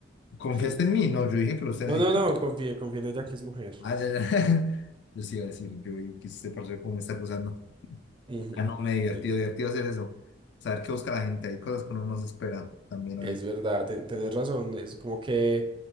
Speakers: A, on the left (about 65°); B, on the right (about 25°).
A: ¿Confiaste
B: <laughs>
A: en mí? No, yo dije que los Tennessee
B: No, no,
A: Titans.
B: no, confié, confié en ella que es mujer.
A: Ah, ya, ya. <laughs> Yo sí iba a decir, yo vi que usted parece como me está acusando.
B: Ujú,
A: Ah, no, me divertido,
B: listo.
A: divertido hacer eso. Saber qué busca la gente. Hay cosas que uno no se espera también.
B: Es
A: Hay.
B: verdad, ten- tenés razón, es como que,